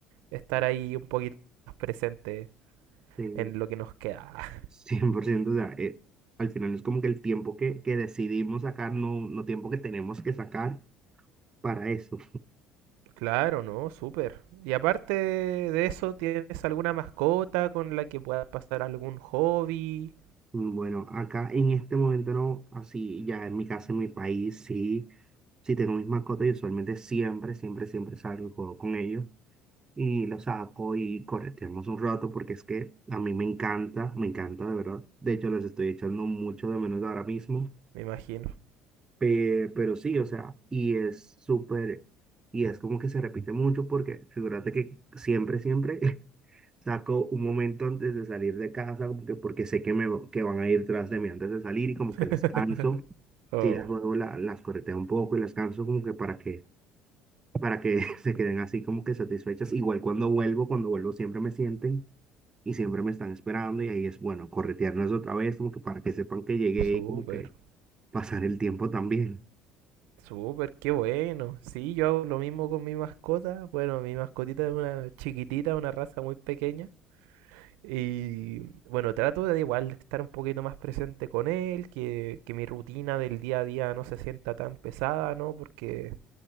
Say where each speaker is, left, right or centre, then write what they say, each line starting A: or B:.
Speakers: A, on the right; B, on the right.
A: estar ahí un poquito más presente
B: sí,
A: en lo que nos queda. <laughs>
B: cien por ciento o sea, eh, al final es como que el tiempo que, que decidimos sacar, no, no tiempo que tenemos que sacar para eso.
A: Claro, ¿no? Súper. Y aparte de eso, ¿tienes alguna mascota con la que puedas pasar algún hobby?
B: Bueno, acá en este momento no, así ya en mi casa, en mi país, sí, sí tengo mis mascotas y usualmente siempre, siempre, siempre salgo y juego con ellos. y lo saco y correteamos un rato porque es que a mí me encanta, me encanta de verdad. De hecho, les estoy echando mucho de menos ahora mismo,
A: Me imagino.
B: pe- pero, sí, o sea, y es súper, y es como que se repite mucho porque figúrate que siempre, siempre <laughs> saco un momento antes de salir de casa como que porque sé que me va- que van a ir tras de mí antes de salir y como
A: <laughs>
B: que las canso.
A: Oh,
B: Sí, las juego, la- las correteo un poco y las canso como que para que para que <laughs> se queden así como que satisfechas. Igual cuando vuelvo, cuando vuelvo siempre me sienten y siempre me están esperando y ahí es bueno, corretearnos otra vez como que para que sepan que llegué
A: súper.
B: y como que pasar el tiempo también.
A: Súper, qué bueno. Sí, yo hago lo mismo con mi mascota. Bueno, mi mascotita es una chiquitita, una raza muy pequeña. Y bueno, trato de igual de estar un poquito más presente con él, que, que mi rutina del día a día no se sienta tan pesada, ¿no? Porque